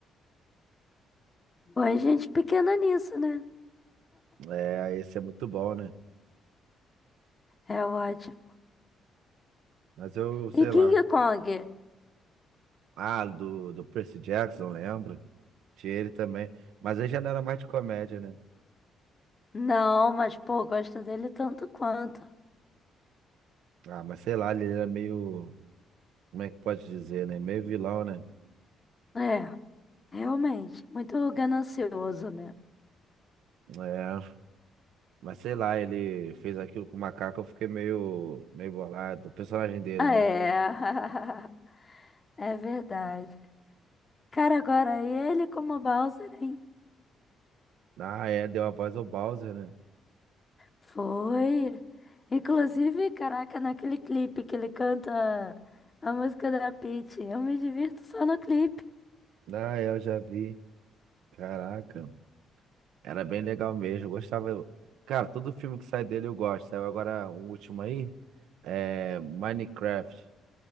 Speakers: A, on the left (about 30°); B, on the right (about 80°).
A: Pô, a gente pequena nisso, né?
B: É, esse é muito bom, né?
A: É ótimo.
B: Mas eu sei
A: E
B: lá.
A: King Kong?
B: Ah, do, do Percy Jackson, lembra? Tinha ele também. Mas ele já não era mais de comédia, né?
A: Não, mas pô, gosto dele tanto quanto.
B: Ah, mas sei lá, ele era meio. Como é que pode dizer, né? Meio vilão, né?
A: É, realmente, muito ganancioso, né?
B: É. Mas sei lá, ele fez aquilo com o macaco, eu fiquei meio, meio bolado. O personagem dele,
A: É,
B: né?
A: <laughs> é verdade. Cara, agora ele como Bowser, hein?
B: Ah, é, deu a voz ao Bowser, né?
A: Foi. Inclusive, caraca, naquele clipe que ele canta a música da Peach, eu me divirto só no clipe.
B: Ah, é, eu já vi. Caraca. Era bem legal mesmo, eu gostava. Cara, todo filme que sai dele eu gosto. Saiu agora um último aí, é Minecraft.